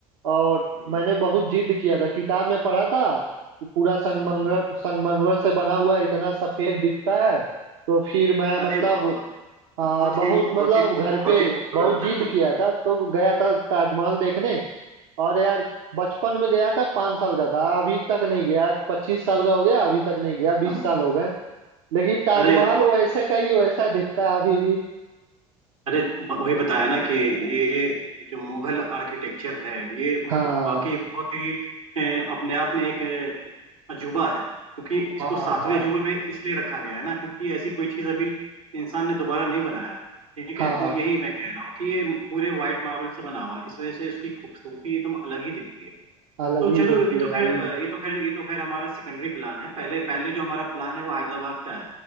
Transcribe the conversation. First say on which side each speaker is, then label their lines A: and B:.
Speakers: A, on the right; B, on the right.
A: और
B: हम्म,
A: मैंने बहुत जिद किया था किताब में पढ़ा था कि पूरा संगमरमर
B: हम्म।
A: संगमरमर से बना हुआ है इतना सफेद दिखता है तो फिर मैं
B: अरे
A: मतलब
B: बहुत
A: आ,
B: बहुत
A: बहुत
B: ही बहुत
A: मतलब
B: ही खूब
A: घर
B: बहुत
A: पे
B: ही खूबसूरत
A: बहुत जिद
B: है वो
A: किया था तो गया था ताजमहल देखने और यार बचपन में गया था पाँच साल का था अभी तक नहीं गया पच्चीस साल का हो गया अभी तक नहीं गया बीस
B: हाँ।
A: साल हो गए लेकिन ताजमहल
B: अरे
A: वैसे का ही वैसा दिखता है अभी भी
B: अरे ब- वही बताया ना कि ये जो मुगल आर्किटेक्चर है ये मतलब
A: हाँ
B: वाकई बहुत ही अ, अपने आप में एक अ, अजूबा है क्योंकि इसको
A: हाँ
B: सातवें
A: हाँ
B: अजूबे में इसलिए रखा गया है ना क्योंकि ऐसी कोई चीज़ अभी इंसान ने दोबारा नहीं बनाया ठीक
A: हाँ
B: है तो यही मैं कह रहा हूँ कि ये पूरे वाइट मार्बल से बना हुआ है इस वजह से उसकी खूबसूरती एकदम अलग ही दिखती है
A: अलग
B: तो
A: ही
B: चलो
A: दिखती
B: ये
A: है
B: तो
A: भाई
B: खैर अ, ये तो खैर ये तो खैर हमारा सेकेंडरी प्लान है पहले पहले जो हमारा प्लान है वो हैदराबाद का है